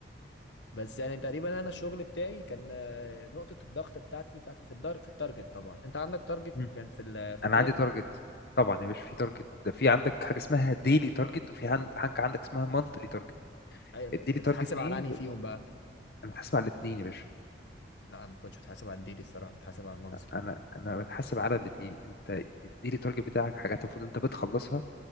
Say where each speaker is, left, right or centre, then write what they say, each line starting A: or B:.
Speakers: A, on the left; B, on the left.
A: بس يعني تقريبا انا الشغل بتاعي كان آه، نقطة الضغط بتاعتي بتاعتي في الدار في التارجت طبعا انت عندك تارجت
B: مم.
A: كان في ال في الاوديت
B: انا عندي تارجت طبعا يا باشا في تارجت ده في عندك حاجه اسمها ديلي تارجت وفي عند- حاجه عندك اسمها مانثلي تارجت
A: أيوة،
B: الديلي
A: انت
B: تارجت
A: بتتحاسب
B: دي
A: على انهي فيهم بقى
B: انا هسمع الاثنين يا باشا
A: لا انا ما كنتش بتحاسب على ديلي الصراحة بتحاسب على المنزل
B: انا انا بتحاسب على الاثنين انت اديلي التارجت بتاعك حاجات المفروض انت بتخلصها